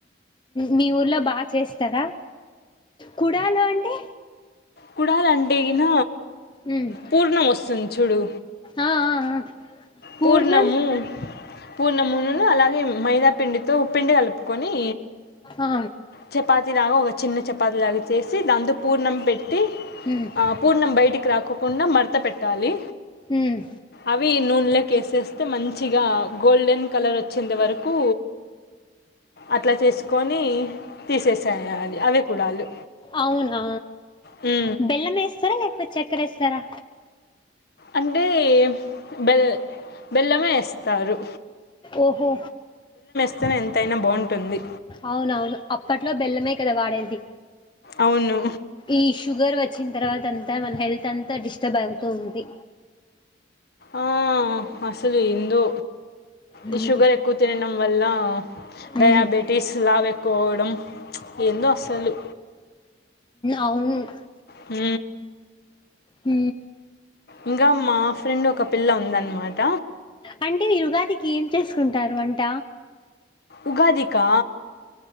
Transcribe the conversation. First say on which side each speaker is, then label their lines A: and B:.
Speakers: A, on the left (about 25°); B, on the left (about 55°).
A: మీ ఊర్లో బాగా చేస్తారా కుడాలు అంటే
B: కుడాలు అంటే గిన
A: ఉమ్
B: పూర్ణం వస్తుంది చూడు
A: ఆ ఆ పూర్ణం
B: పూర్ణము పూర్ణమును అలాగే మైదా పిండితో ఉ పిండి కలుపుకొని
A: ఆ
B: చపాతిలాగా ఒక చిన్న చపాతిలాగా చేసి దాంతో పూర్ణం పెట్టి
A: ఉమ్
B: ఆ పూర్ణం బయటికి రాకోకుండా మర్ మర్త పెట్టాలి
A: ఉమ్
B: అవి నూనలె కేసేస్తే మంచిగా గోల్డెన్ కలర్ వచ్చేంత వరకు అట్లా చేసుకొని తీసేసేయాలి అవి కూడాలు
A: అవునా
B: హు
A: బెల్లం వేస్తారా లేకపోతే చక్కెర వేస్తారా
B: అంటే బెల్ బెల్లమే వేస్తారు
A: ఓహో
B: ఎస్తానే ఎంతైనా బాగుంటుంది
A: అవునవును అప్పట్లో బెల్లమే కదా వాడేది
B: అవును
A: ఈ షుగర్ వచ్చిన తర్వాత అంతా మన హెల్త్ అంతా డిస్టర్బ్ అవుతుంది
B: ఆ అసలు ఏందో
A: ఉమ్
B: ఈ షుగర్ ఎక్కువ తినడం వల్ల
A: ఉమ్
B: డయాబెటీస్ లావు ఎక్కువ అవడం ఏందో అసలు
A: అవును
B: హ
A: హ
B: ఇంకా మా ఫ్రెండ్ ఒక పిల్ల ఉందనమాట
A: అంటే మీరు ఉగాది కి ఏం చేసుకుంటారు అంట
B: ఉగాది కా